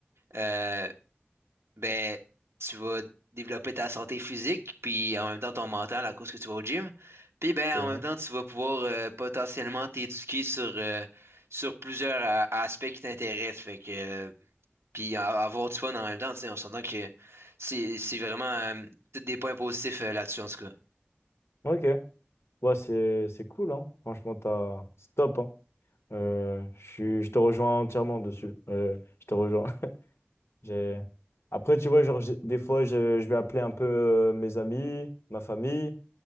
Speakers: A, on the right; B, on the left.
A: euh, ben, tu vas développer ta santé physique, puis en même temps ton mental à cause que tu vas au gym. Puis ben,
B: C'est
A: en
B: vrai.
A: même temps, tu vas pouvoir euh, potentiellement t'éduquer sur, euh, sur plusieurs euh, aspects qui t'intéressent. Fait que euh, puis a- avoir du fun en même temps, tu sais, on s'entend que c'est c'est vraiment euh, tous des points positifs euh, là-dessus, en tout cas.
B: Ok. Ouais, c'est c'est cool, hein. Franchement, t'as, c'est top, hein. Euh, je suis- je te rejoins entièrement dessus. Euh, je te rejoins. J'ai... Après, tu vois, genre, j'ai- des fois, je, je vais appeler un peu euh, mes amis, ma famille,